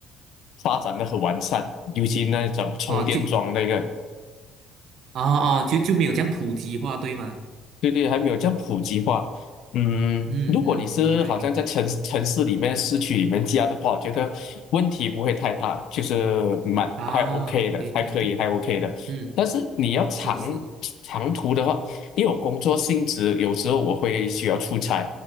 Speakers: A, on the left; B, on the right.
A: 发展的很完善，尤其那种充电桩那个。
B: 哦，就哦哦，就就没有这样普及化，对吗？
A: 对对，还没有这样普及化。嗯，
B: 嗯嗯，
A: 如果你是好像在城城市里面、
B: 明白明白
A: 市区里面加的话，我觉得问题不会太大，就是蛮还
B: 啊，
A: OK 的，
B: 对对对，
A: 还可以，还 OK 的。
B: 嗯，
A: 但是你要长
B: 是是，
A: 长途的话，因为我工作性质，有时候我会需要出差，